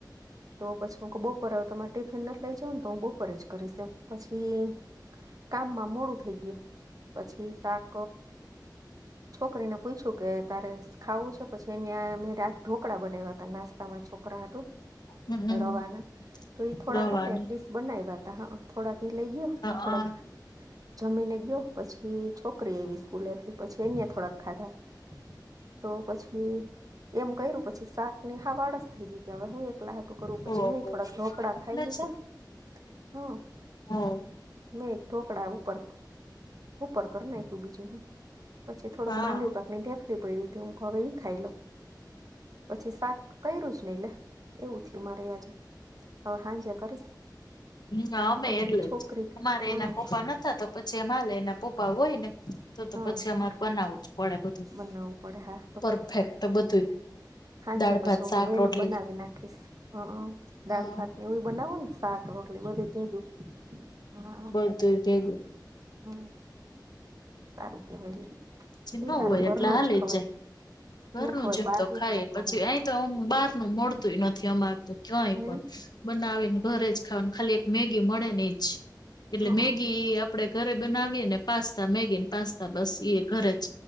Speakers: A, on the right (about 50°); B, on the left (about 65°).
A: તો પછી હું બપોરે હવ તમારે ટિફિન નથી લઇ જાવ ને તો હું બપોરે જ કરીશ એમ. પછી કામમાં મોડું થઈ ગયું પછી સાક છોકરીને પૂછું કે તારે ખાવું છે? પછી એની મેં ઢોકળા બનાવ્યા હતા, નાસ્તામાં છોકરા છોકરા હાટું
B: હમ
A: રવાના તો એ થોડાક
B: રવાની
A: હતા એક ડીશ બનાવ્યા હતા હં. થોડાક એ લઈ ગયો,
B: હા
A: થોડાક જમીને ગયો, પછી છોકરી એવી સ્કૂલેથી પછી એને થોડાક ખાધા, તો પછી એમ કર્યું પછી શાક ની હાવ આળસ થઈ ગઈ કે હવે હું એક એકલા હાટું કરવું પછી
B: હો
A: મેં થોડાક ઢોકળા
B: એટલે
A: ખાઈ લીધા હં
B: હા
A: મે ઠોકળા પર હું પર નાખું બીજું હું? પછી થોડોક
B: હા
A: માંડવી પાકની ઢેફલી પડી હતી હું હવે ઈ ખાઈ લો પછી શાક કર્યું જ નહી લે એવું થયુ, મારે આજે હવે હાંજ્યા કરીશ
B: હમ અમે
A: પછી
B: એટલે
A: છોકરી
B: જ
A: કે
B: અમારે
A: હા
B: એના પપ્પા નતા તો પછી અમારે એના પપ્પા હોય ને તો તો
A: હા
B: પછી અમારે બનાવું જ પડે બધું
A: બનાવવું પડે હા
B: પરફેક્ટ બધું
A: હાજે
B: દાળ
A: પછી
B: ભાત શાક
A: હું વેલું
B: રોટલી
A: બનાવી નાખીશ હ દાળ
B: હા
A: ભાત ને એવુ બનાવો ને શાક રોટલી બધી ભેધું? હા
B: હંધુય ભેગુ તો- -
A: હમ. સારું કેવાય લે
B: પછી નવ
A: ઈ હારું
B: હોય
A: ઘરનું
B: એટલે હાલી
A: ખવાય
B: જ જાય ઘરનું
A: ખવાય
B: જેમ
A: બારનું
B: તો ખાય
A: ન ખવાય
B: પછી અ તો બહાર નું મળતું- - નથી અમાર તો ક્યાંય
A: નહી
B: પણ બનાવીને ઘરે જ ખાવા ખાલી એક મેગી મળે- - એટલે
A: હઅ
B: મેગી આપણેે ઘરે બનાવીએ ને- - પાસ્તા મેગીન પાસ્તા બસ ઘરે જ